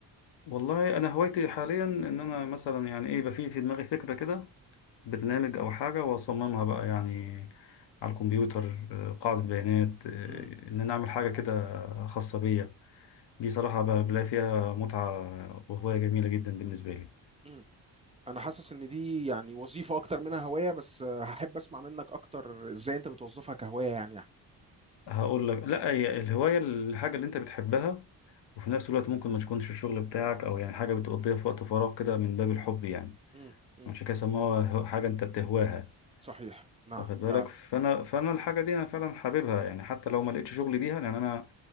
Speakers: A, on the left; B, on the right.
A: والله انا هوايتي حاليا ان انا مثلا يعني ايه يبقى في في دماغي فكرة كده برنامج او حاجة واصممها بقى يعني على الكمبيوتر آه، قاعدة بيانات آه،
B: امم
A: ان انا اعمل حاجة كده خاصة بيا دي صراحة ب- بلاقي فيها متعة وهواية جميلة جدا بالنسبة لي
B: امم انا حاسس ان دي يعني وظيفه اكتر منها هوايه بس آه، هحب اسمع منك اكتر ازاي انت بتوظفها كهوايه يعني يعني
A: هقول لك لا هي الهواية الحاجة اللي انت بتحبها وفي نفس الوقت ممكن ما تكونش الشغل بتاعك او يعني حاجة بتقضيها في وقت فراغ كده من باب الحب يعني
B: امم امم
A: عشان كده سموها هو- حاجة انت بتهواها
B: صحيح نعم
A: واخد
B: فعلا
A: بالك فانا فانا الحاجة دي انا فعلا حاببها يعني حتى لو ما لقيتش شغل بيها يعني انا